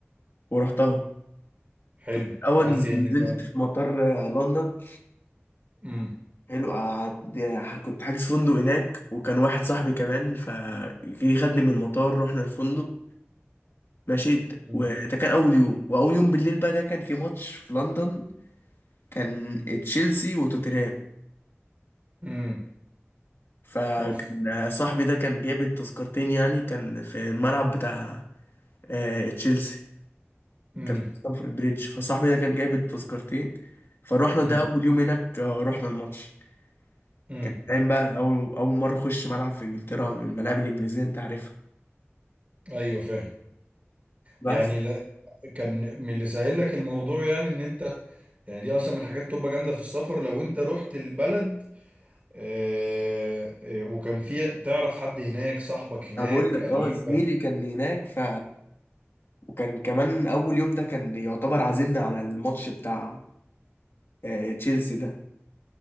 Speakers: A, on the left; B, on the right.
A: ورحتها
B: حلو
A: الاول
B: عملت
A: نزلت
B: ايه هناك بقى
A: في مطار آه، لندن
B: امم
A: حلو قعدت كنت حاجز فندق هناك وكان واحد صاحبي كمان فجه خدني من المطار رحنا الفندق مشيت
B: امم
A: وده كان اول يوم واول يوم بالليل بقى ده كان في ماتش في لندن كان تشيلسي وتوتنهام
B: امم.
A: فكان
B: اوف
A: صاحبي ده كان جايب التذكرتين يعني كان في الملعب بتاع آه، تشيلسي
B: امم
A: كان في ستامفورد بريدج فصاحبي ده كان جايب التذكرتين فروحنا
B: امم
A: ده اول يوم هناك آه، رحنا الماتش
B: امم.
A: كان فاهم بقى اول اول مره اخش ملعب في انجلترا الملاعب الانجليزيه انت عارفها
B: ايوه فاهم
A: بس
B: يعني ده كان من اللي سهل لك الموضوع يعني ان انت يعني دي اصلا من الحاجات بتبقى جامده في السفر لو انت رحت البلد آه، آه، وكان في تعرف حد هناك صاحبك هناك
A: انا بقول لك
B: قريبك
A: اه زميلي كان هناك ف وكان كمان اول يوم ده كان يعتبر عازمنا على الماتش بتاع آه، تشيلسي ده